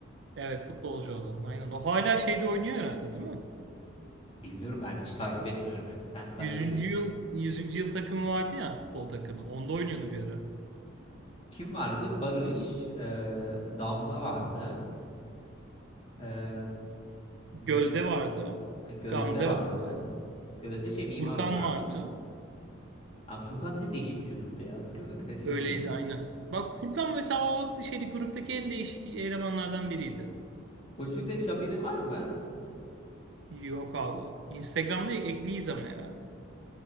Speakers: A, on the right; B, on the left.
A: Evet futbolcu olan. Aynen. O hala şeyde oynuyor herhalde değil mi?
B: Bilmiyorum ben hiç takip etmiyorum yani. Sen takip
A: Yüzüncü
B: ediyor musun?
A: yıl yüzüncü yıl takımı vardı ya futbol takımı. Onda oynuyordu bir ara.
B: Kim vardı? Barış, e, Damla vardı. E,
A: Gözde
B: Rüz-
A: vardı.
B: Gözde
A: Gamze
B: vardı.
A: vardı.
B: Gözde şey mimar
A: Furkan
B: olan.
A: vardı.
B: Aa, Furkan ne değişik bir çocuktu ya hatırlıyor musun? Gerçi.
A: Öyleydi
B: <laughs>
A: aynen. Bak Furkan mesela o şeydi gruptaki en değişik elemanlardan biriydi.
B: O çocuktan hiç haberin var mı?
A: Yok abi. Instagram'da ekliyiz ama herhalde.